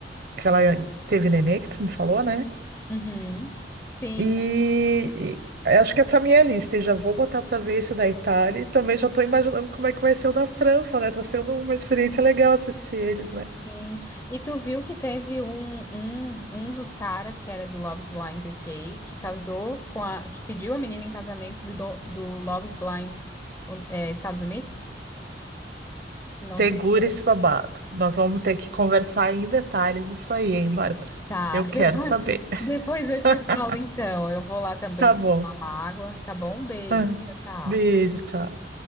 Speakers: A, on the right; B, on the left.
A: que ela teve nenê, que tu me falou, né?
B: uhum. Sim,
A: E, e acho que essa é a minha lista, e já vou botar para ver esse da Itália e também já estou imaginando como é que vai ser o da França, né? Tá sendo uma experiência legal assistir eles, né?
B: Sim. E tu viu que teve um, um, um dos caras que era do Love's Blind UK que casou com a que pediu a menina em casamento do, do Love's Blind um, é, Estados Unidos? Não
A: Segura
B: chega a saber.
A: esse babado. Nós vamos ter que conversar em detalhes isso aí, hein, Bárbara?
B: Tá,
A: Eu
B: <laughs>
A: quero
B: depois,
A: saber. <laughs>
B: depois eu te falo então. Eu vou lá também
A: Tá
B: que
A: bom.
B: eu vou tomar uma água, tá bom? Um beijo.
A: Ah,
B: Tchau,
A: Beijo,
B: tchau.
A: tchau.